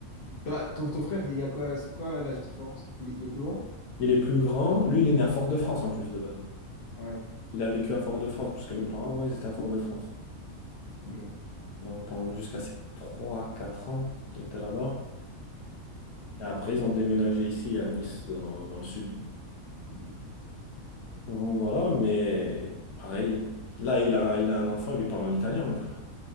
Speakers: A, on the left; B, on the left.
A: Toi, ton, ton frère, il y a quoi, c'est quoi l'âge différence? Il, il est plus grand?
B: Il est plus grand. Lui, il est né à Fort-de-France en plus de base.
A: Ouais,
B: Il a vécu à Fort-de-France, parce que mes parents, avant, ils étaient à Fort-de-France.
A: ok.
B: Donc, pendant jusqu'à
A: Ouais.
B: ses trois quatre ans, ils étaient là-bas. Et après, ils ont déménagé ici, à Nice, dans, dans le sud.
A: Mhm.
B: Donc, voilà, mais pareil. Là, il a, il a un enfant, il lui parle en italien, mon frère.